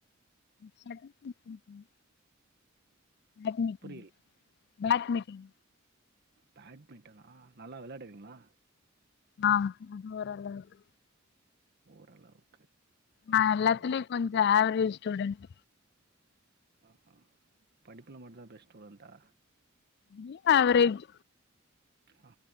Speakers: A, on the left; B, on the right.
A: ச <unintelligible> அட்னி
B: புரியல
A: பேட்மிட்டன்
B: பேட்மிட்டனா நல்லா வெளயாடுவீங்ளா
A: ஆ ஓரளவுக்கு
B: ஓரளவுக்கு
A: நா
B: ஓகே
A: எல்லாத்துலேயு
B: ஓகே
A: கொஞ்சோ ஆ ஆவ்ரேஜ் ஸ்டூடெண்ட்
B: ஆ படிப்புல மட்டுந் தா பெஸ்ட் ஸ்டூடெண்ட்டா
A: எல்லா ஆவ்ரேஜ்
B: ஆ